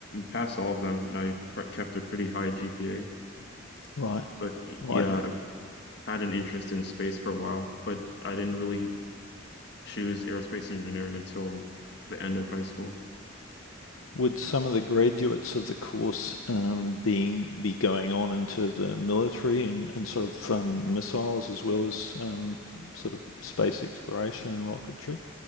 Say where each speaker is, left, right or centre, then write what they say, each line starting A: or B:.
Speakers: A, on the left (about 55°); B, on the left (about 80°).
A: passed all of them, and I pr kept a pretty high GPA.
B: Right.
A: But
B: Right.
A: yeah, I've had an interest in space for a while, but I didn't really choose aerospace engineering until the end of high school.
B: Would some of the graduates of the course um, being be going on into the military and, and sort of um, missiles as well as um, sort of space exploration and rocketry?